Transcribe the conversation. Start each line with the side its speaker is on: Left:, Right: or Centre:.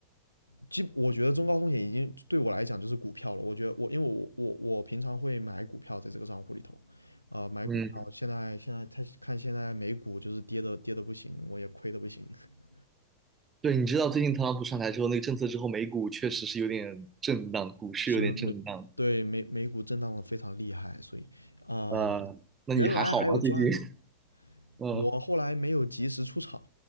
Left: 基我觉得中高风险已经对我来讲就是股票了。我觉得我因为我我我平常会买股票在这个账户里头，啊、买股票。
Right: 嗯，
Left: 现在现在他看现在美股就是跌的跌的不行，我也亏的不行。<laughs>
Right: 对，你知道最近特朗普上台之后那个政策之后，美股确实是有点震荡，股市有点震荡。
Left: 是美对美美股震荡的非常厉害，所以啊、
Right: 呃，那你还好吗？
Left: 原来还有赚的，
Right: 最近？<laughs> 嗯，
Left: 我后来没有及时出场，